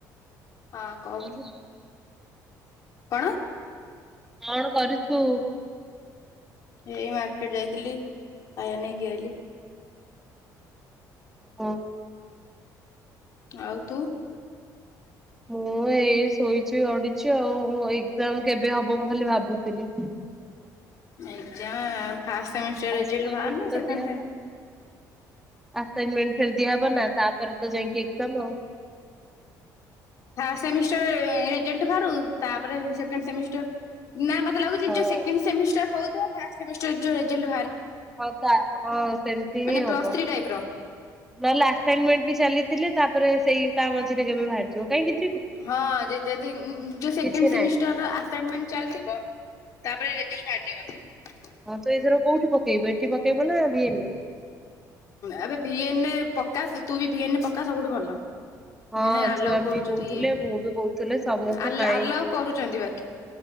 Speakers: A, on the left (about 50°); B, in the centre.
A: ହଁ କହୁନୁ
B: କରୁଛୁ
A: କଣ?
B: କଣ କରୁଛୁ?
A: ଏଇ ମାର୍କେଟ ଯାଇଥିଲି ଖଇବା ନେଇକି ଆଇଲି।
B: ହଁ।
A: ଆଉ ତୁ?
B: ହୁ। ମୁଁ ଏଇ ଶୋଇଛି ଗଡୁଛି ଆଉ ଏକଜାମ କେବେ ହବ ମୁଁ ଖାଲି ଭାବୁଥିଲି।
A: Exam first semester
B: assignment
A: result ବାହାରିନି
B: ତ
A: ସେକେଣ୍ଡ
B: ଦିଆହବ। ଆସାଇନମେଣ୍ଟ ଫେରଦିଆ ହବ ନା ତାପରେ ତ ଯାଇକି ଏଜାମ ଆଉ।
A: ଫାଷ୍ଟ ସେମିଷ୍ଟର ରେଜଲଟ ବହାରୁ ତାପରେ ସେକେଣ୍ଡ ସେମିଷ୍ଟର ନା ମତେ ଲାଗୁଛି
B: ହଁ।
A: ଯୋ ସେକେଣ୍ଡ ସେମିଷ୍ଟର ହଉଥିବ ଫାଷ୍ଟ ସେମିଷ୍ଟର ଯୋଉ ରେଜଲ୍
B: ହଉ ତା ହଁ ସେମିତି
A: ମାନେ
B: ହି
A: ପ୍ଲସ୍
B: ହବ।
A: ଥ୍ରୀ ଟାଇପ ର
B: ନହେଲେ ଆସାଇନମେଣ୍ଟ ବି ଚାଲିଥିଲେ ତାପରେ ସେଇ ତା ମଝିରେ କେବେ ବାହାରିଯିବ କାହିଁକି
A: ହଁ ଯଦି ଯୋ ସେକେଣ୍ଡ
B: କିଛି
A: ସେମିଷ୍ଟର
B: ନାହିଁ।
A: ଚାଲିଥିବ ତାପରେ ରେଜଲଟ ବାହାର ଯିବ ବୋଧେ।
B: ହଁ ତ ଏଥର କୋଉଠି ପକେଇବୁ ଏଠି ପକେଇଵୁ ନା ଭିଏନରେ?
A: ଏବେ ଭିଏନରେ ପକା ତୁବି ଭିଏନରେ ପକା ସବୁଠୁ ଭଲ।
B: ହଁ
A: ନାଇଁ ଆଲାଉ
B: ଛୁଆ
A: କରୁଛନ୍ତି
B: ବି କହୁଥିଲେ
A: ଇଏ
B: ମୁଁ ବି କହୁଥିଲେ ସମସ୍ତେ
A: ଆ
B: କାଇଁ
A: ଆଲାଉ କରୁଛନ୍ତି ବାକି